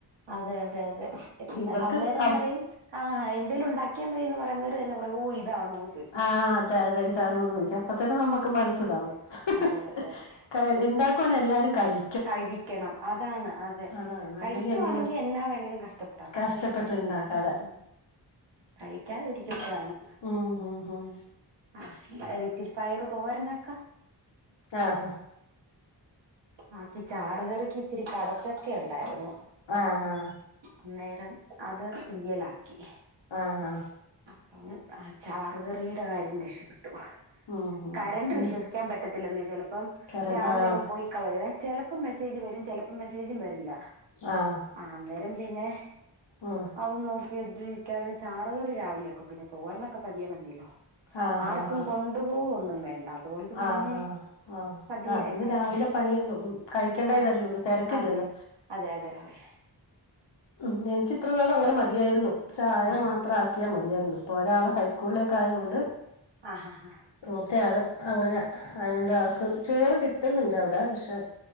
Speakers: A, on the right; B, on the left.
A: അതെ അതെ അതെ അല്ല
B: ഇവർക്ക്
A: അന്നേരം
B: അവ
A: പറയും ആഹ് എന്തേലും ഉണ്ടാക്കിയാ മതിയെന്ന് പറയുന്നവര് തന്നെ പറയും ഓ ഇതാണോന്ന് ചോദിക്കും
B: ആഹ് അതെ അതെ ഇതാണോന്ന് ചോദിച്ചു അപ്പൊ തന്നെ നമുക്ക് മനസ്സിതാവും <unintelligible>
A: അതെ അതെ അതെ
B: ഇണ്ടാക്കുവാണെ എല്ലാരും കഴി
A: കഴിക്കണം അതാണ് അതെ
B: അതാണ്
A: കഴിക്കുവാണെങ്കി
B: അല്ലെങ്കിൽ എന്തോ
A: എന്നാ വേണെലും കഷ്ടപ്പെടാം പക്ഷെ
B: കഷ്ടപ്പെട്ട് ഇണ്ടാക്കാതെ
A: മ് കഴിക്കാതിരിക്കുമ്പഴാണ്
B: ഉം ഉം ഉം
A: ആ എന്തായാലും ഇച്ചിരി പ്പയറ്തോരനൊക്കെ
B: ആഹ്
A: ആ കി ചാറ്കറിക്കിച്ചിരി കടച്ചക്കെണ്ടാരുന്ന്
B: ആഹ് ഹാ
A: അന്നേരം അത് തീയ്യലാക്കി
B: ആഹ് ഹ
A: അപ്പം ആ ചാറ്കറീടെ കാര്യം രക്ഷപ്പെട്ടു
B: ഉം ഉം
A: കരണ്ട്
B: പിന്നെ
A: വിശ്വസി ക്കാൻ പറ്റത്തില്ലെന്നെ ചെലപ്പം
B: കറൻ
A: രാവിലെയങ്ങ്
B: ആഹ്
A: പോയി കളയെ ചെലപ്പം മെസ്സേജ് വരും ചെല പ്പം മെസ്സേജും വരില്ല
B: ആഹ്
A: അന്നേരം പിന്നെ
B: ഉം
A: അതും നോ ക്കിനിക്കാതെ ചാറുകറി രാവിലെ ആക്കും പിന്നെ തോരനൊക്കെ പതിയേ മതിയല്ലോ
B: ആഹ്
A: ആർക്കും
B: ആഹ് ആഹ്
A: കൊ ണ്ടു പോവൊന്നും വേണ്ട അതുകൊണ്ട് പിന്നെ
B: ആഹ് ആഹ്
A: പതിയെ
B: ആഹ് അതുകൊണ്ട്
A: ആക്കിയ
B: രാവിലെ പണി കഴിയും കഴിക്കേണ്ട
A: ആ
B: ഇതല്ലേള്ളൂ തെരക്കില്ലല്ലോ
A: അതെ അതെ അതെ അതെ
B: ഉം എനിക്കിത്രനാളും അങ്ങനെ മതിയായിരുന്നു ചായ
A: ആഹ്
B: മാത്രം ആക്കിയാ മതിയായിരുന്നു ഇപ്പൊ ഒരാള്
A: ആഹ്
B: ഹൈസ്കൂളിലേ ക്കായോണ്ട്
A: ആഹ് ആഹ്
B: മൂത്തയാള് അങ്ങനെ ആയൊണ്ട് ആൾക്ക് ചോറ് കിട്ടുന്നുണ്ട് അവിടെ പക്ഷെ